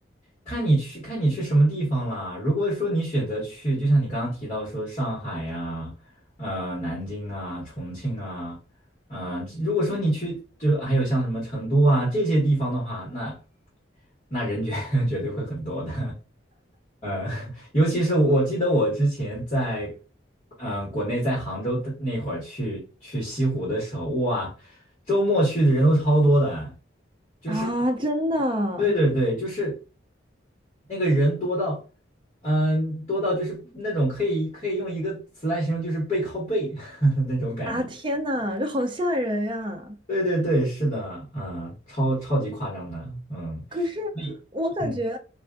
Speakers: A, on the left; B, on the right.
A: 看你去看你去什么地方啦。如果说你选择去，就像你刚刚提到说上海呀、呃南京啊、重庆啊，嗯、如果说你去就是还有像什么成都啊这些地方的话，那那人绝 <laughs> 绝对会很多的。呃，<laughs> 尤其是我记得我之前在，呃，国内在杭州的那会儿去去西湖的时候，哇，周末去的人都超多的，就是
B: 啊，真的
A: 对对对，就是那个人多到，嗯、多到就是那种可以可以用一个词来形容，就是背靠背 <laughs> 那种感觉。
B: 啊！天呐，这好吓人呀！
A: 对对对，是的，嗯、超超级夸张的，嗯，
B: 可是
A: 所以，
B: 我感觉，
A: 嗯，